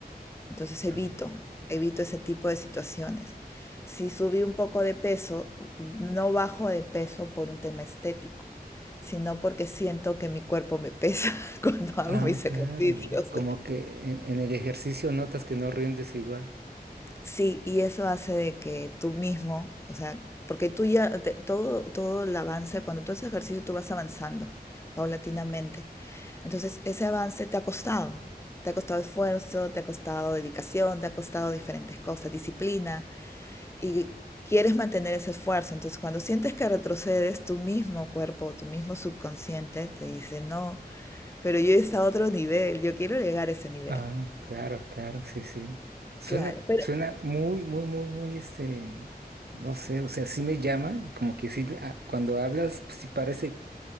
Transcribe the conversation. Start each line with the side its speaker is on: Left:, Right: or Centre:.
Left: Entonces evito,
Right: Ah,
Left: evito ese tipo de situaciones. Si subí un poco de peso, no bajo de peso por un tema estético, sino porque siento que mi cuerpo me pesa <laughs> cuando hago
Right: ah,
Left: mis
Right: claro,
Left: ejercicios.
Right: como que en, en el ejercicio notas que no rindes igual.
Left: Sí, y eso hace de que tú mismo, o sea, porque tú ya, te- todo, todo el avance, cuando tú haces ejercicio, tú vas avanzando paulatinamente. Entonces, ese avance te ha costado. Te ha costado esfuerzo, te ha costado dedicación, te ha costado diferentes cosas, disciplina. y quieres mantener ese esfuerzo. Entonces, cuando sientes que retrocedes, tu mismo cuerpo, tu mismo subconsciente te dice, no, pero yo está a otro nivel, yo quiero llegar a ese nivel.
Right: Ah, claro, claro, sí, sí. Suena,
Left: Claro, pero
Right: suena muy, muy, muy, muy, este, no sé, o sea, sí me llama y como que sí, ah, cuando hablas, pues, sí parece